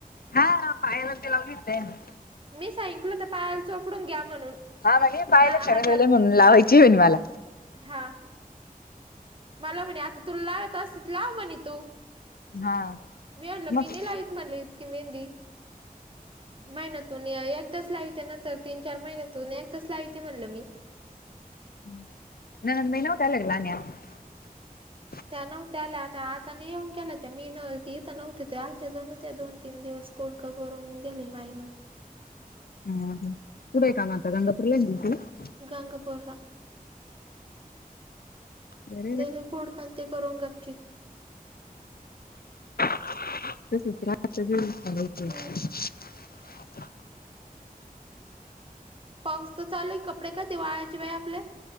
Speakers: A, on the left; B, on the right.
A: हा पायाला ते लावली होती त्यानी.
B: मी सांगितलं ते पायाला चोपडून घ्या म्हणून.
A: हा म्हणे पायाला
B: ना
A: शरम
B: हाताला
A: यायले म्हणून लावायची होईना मला
B: हा मला म्हणे आता तुला लावयला येत असती तर लाव म्हणे तू
A: हा
B: मी म्हणलं
A: मग
B: मी नाही लावित म्हणलं इतकी मेहंदी म्हणे तूल एकदाच लाविते नंतर तीन चार महिन्यातून एकदाच लावीते म्हणलं मी
A: हम् ननंद बाई नव्हत्या आल्या का लावून घ्यायला
B: त्या नव्हत्या आल्या आता आता नाही येऊन गेल्या त्या मी नव्हती इथं नव्हती तेव्हा आलत्या जणू त्या दोन तीन दिवस कुडकं करून दिली माईनं
A: हं हं कुठंय काम आता गंगापूरला आहे ना ड्यूटीवर
B: गंगापूरला
A: बरोबर
B: गेली फूडका अन् ते करून गच्चीत
A: च
B: हम्म. पाऊस तर चालूय कपडे कधी वाळायचे बाई आपले